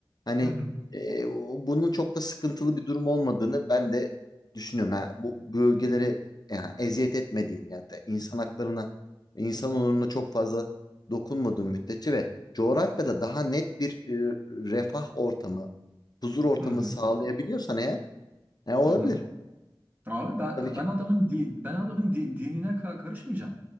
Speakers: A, on the left; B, on the right.
A: hani
B: hı hı
A: e, o- bunun çok da sıkıntılı bir durum olmadığını ben de düşünüyorum. Yani bu bölgeleri yani eziyet etmediğin yani de insan haklarına, insan onuruna çok fazla dokunmadığın müddetçe ve coğrafyada daha net bir e, refah ortamı, huzur ortamı
B: hı hı.
A: sağlayabiliyorsan eğer e, olabilir.
B: hı hı. Abi ben
A: Tabii ki.
B: ben adamın di- ben adamın di- dinine ka- karışmayacağım.